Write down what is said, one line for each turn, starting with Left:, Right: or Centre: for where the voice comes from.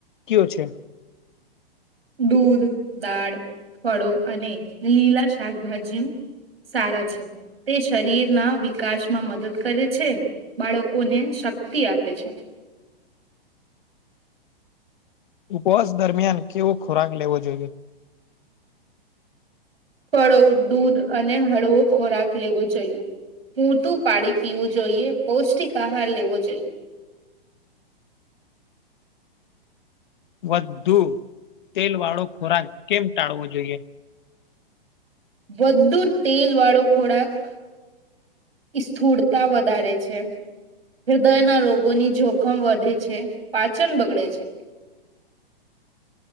Left: કયો છે?
Right: દૂધ, દાળ, ફળો અને લીલા શાકભાજી સારા છે. તે શરીરના વિકાસમાં મદદ કરે છે. બાળકોને શક્તિ આપે છે.
Left: ઉપવાસ દરમિયાન કેવો ખોરાક લેવો જોઈએ.?
Right: ફળો, દૂધ અને હળવો ખોરાક લેવો જોઈએ. પૂરટું પાણી પીવું જોઈએ, પૌષ્ટિક આહાર લેવો જોઈએ.
Left: વધુ તેલ વાળો ખોરાક કેમ ટાળવો જોઈએ.?
Right: બધું તેલ વાળો ખોરાક સ્થૂળતા વધારે છે. હૃદયના રોગોની જોખમ વધે છે. પાચન બગડે છે.